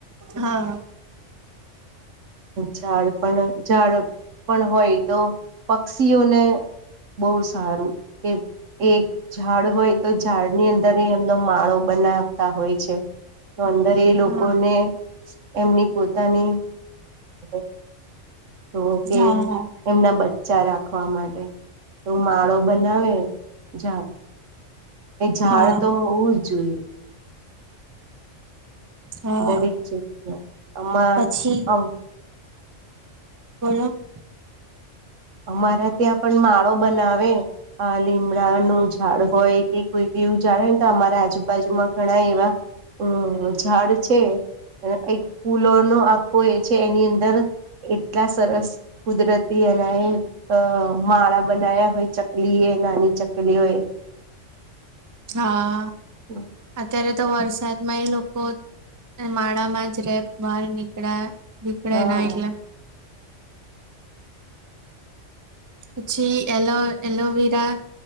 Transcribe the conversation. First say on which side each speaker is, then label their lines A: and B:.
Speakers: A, on the right; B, on the right.
A: હા,
B: ઝાડ, ઝાડ પણ હોય તો પક્ષીઓ ને બહુ સારું એમ એક ઝાડ હોય, તો ઝાડની અંદર એ એમનો પોતાનો માળો બનાવતા હોય છે. તો અંદર એ લોકોને
A: હા
B: એમની પોતાની <inaudible> તો ઓકે.
A: હા
B: એમના બચ્ચાંને રાખવા માટે તો તેઓ માળો બનાવે <inaudible> ઝાડ
A: હા
B: તો હોવું જ જોઈએ.
A: હા
B: દરેક જગ્યાએ અમા
A: પછી હા,
B: અમારા ત્યાં પણ માળો બનાવે. આ લીમડાનું ઝાડ હોય કે કોઈ બીજું ઝાડ હોય, અમારા આજુબાજુમાં ઘણા એવા હા, ઝાડ છે, એક ફૂલોનું આખું એ છે એની અંદર એટલા સરસ કુદરતી અનાયે તો માળા બનાવ્યા હોય ચકલી એ નાની નાની ચકલીઓએ-'
A: હા,
B: હમ
A: અત્યારે તો વરસાદમાં એ લોકો માળામાં જ રહે, બહાર નીકળ્યા નીકલા
B: હા
A: ના એટલે અછી એલો એલોવેરા